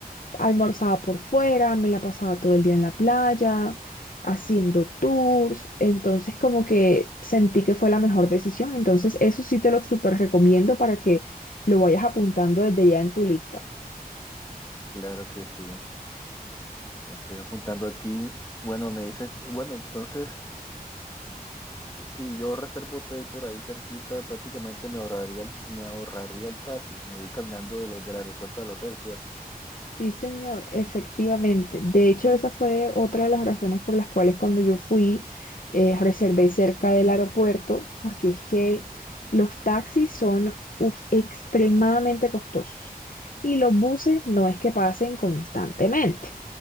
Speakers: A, on the left (about 60°); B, on the left (about 20°).
A: almorzaba por fuera, me la pasaba todo el día en la playa, haciendo tours, entonces como que sentí que fue la mejor decisión, entonces eso sí te lo súper recomiendo para que lo vayas apuntando desde ya en tu lista.
B: Claro que sí, te lo estoy apuntando aquí. Bueno, me dices, bueno, entonces. Si yo reservo hotel por ahí cerquita, prácticamente me ahorraría, el- me ahorraría el taxi. Me voy caminando de los del aeropuerto al hotel, ¿cierto?
A: Sí, señor, efectivamente. De hecho, esa fue otra de las razones por las cuales cuando yo fui, eh, reservé cerca del aeropuerto, porque es que los taxis son uf, extremadamente costosos y los buses no es que pasen constantemente.